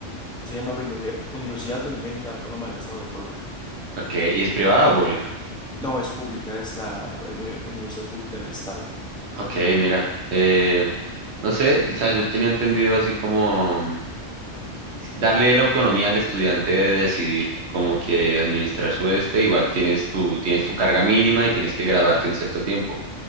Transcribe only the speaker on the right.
Ok, ¿y es privada o pública?
Ok, mira, eh, no sé, o sea, yo tenía entendido así como... darle la autonomía al estudiante de decidir cómo quiere administrar su este, igual tienes tu, tienes tu carga mínima y tienes que graduarte en cierto tiempo.